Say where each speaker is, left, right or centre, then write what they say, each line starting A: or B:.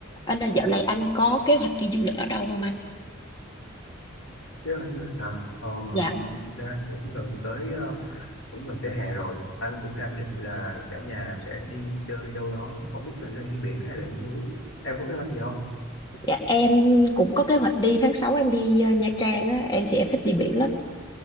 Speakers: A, on the left; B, on the left.
A: Anh ơi, dạo này anh có kế hoạch đi du lịch ở đâu không anh?
B: Thế là du lịch hả? Um,
A: Dạ,
B: đang cũng gần tới ờ, cũng gần tới hè rồi. Anh cũng đang định là cả nhà sẽ đi chơi đâu đó, không biết là nên đi biển hay là đi núi. Em có kế hoạch gì không?
A: dạ em cũng có kế hoạch đi tháng sáu em đi ờ, Nha Trang á, em thì em thích đi biển lắm,